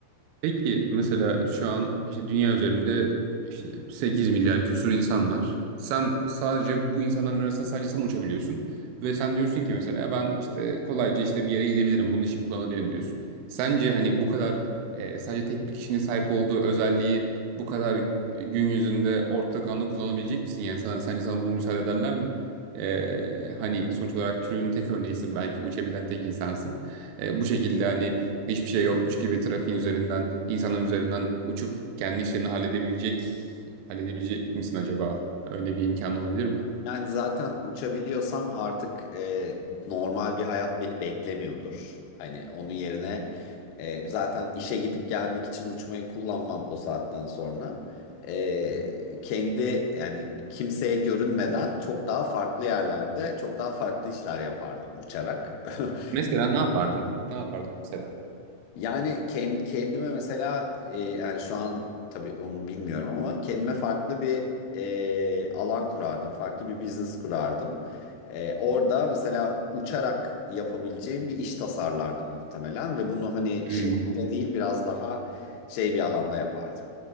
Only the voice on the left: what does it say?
Yani zaten uçabiliyorsam artık e, normal bir hayat beni beklemiyordur. Hani onun yerine e, zaten işe gidip gelmek için uçmayı kullanmam o saatten sonra. E, kendi yani kimseye görünmeden çok daha farklı yerlerde çok daha farklı işler yapardım uçarak. <laughs>
Yani ken- kendime mesela e, yani şu an tabii onu bilmiyorum ama kendime farklı bir e, alan kurardım. Farklı bir business kurardım. E, orada mesela uçarak yapabileceğim bir iş tasarlardım muhtemelen ve bunu hani
şirkette değil biraz daha şey bir alanda yapardım.